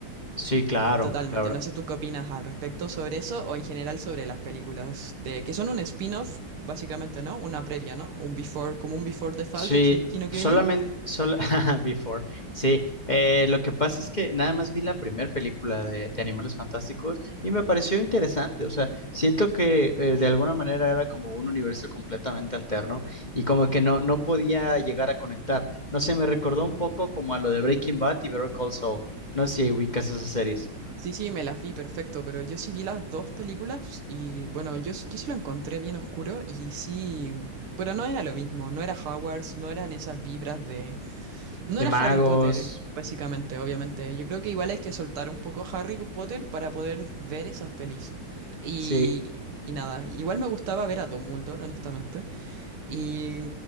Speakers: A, on the left; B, on the right.
A: Sí, claro.
B: Totalmente.
A: la verdad.
B: No sé tú qué opinas al respecto sobre eso o en general sobre las películas de que son un spin-off, básicamente, ¿no? Una previa, ¿no? Un before, como un before the fall
A: Sí,
B: de Shingeki no Kyojin.
A: solamente, sol- <laughs> Before. Sí, eh, lo que pasa es que nada más vi la primera película de, de Animales Fantásticos y me pareció interesante. O sea, siento que eh, de alguna manera era como un universo completamente alterno y como que no, no podía llegar a conectar. No sé, me recordó un poco como a lo de Breaking Bad y Better Call Saul. No sé si ubicas esas series.
B: Sí, sí, me las vi perfecto, pero yo sí vi las dos películas y bueno, yo, s- yo sí lo encontré bien oscuro y sí, pero no era lo mismo, no era Hogwarts, no eran esas vibras de... No
A: De
B: era
A: magos.
B: Harry Potter, básicamente, obviamente. Yo creo que igual hay que soltar un poco Harry Potter para poder ver esas pelis. Y,
A: Sí,
B: y nada, igual me gustaba ver a Dumbledore, honestamente. Y,